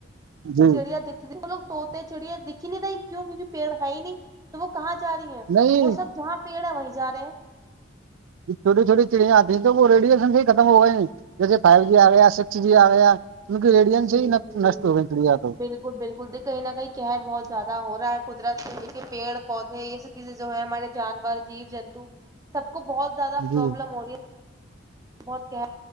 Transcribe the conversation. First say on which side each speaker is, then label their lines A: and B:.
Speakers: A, on the right; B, on the right.
A: جی
B: چڑیا دکھتی ہ لو توتے چڑیا دکھھی نہیں رہیں کیوں کیونکہ پیڑ ہے ہی نہیں تو وہ کہاں جا رہی ہے
A: نہیں
B: وہ سب جہاں پیڑ ہے وہیں جا رہے ہیں
A: چھوٹی چھوٹی چڑیاں آتی ہیں تو وہ ریڈیشن سے ہی ختم ہو
B: ہاں
A: گئے نہیں ج فائیو جی آ گیا سکس جی آیا ریڈینس
B: جی
A: ہے ن
B: جی
A: ہو چڑیا تو
B: بالکل بالکل دیک کہیں نہ کہیں قہر بہت زیادہ ہو رہا ہے قدرت سے دیکے پیڑ پودے یہ سب جو ہے ہمارے جانور جیو جنتو سب کو بہت زیادہ پرابلم
A: جی
B: ہو رہی ہے بہت کہ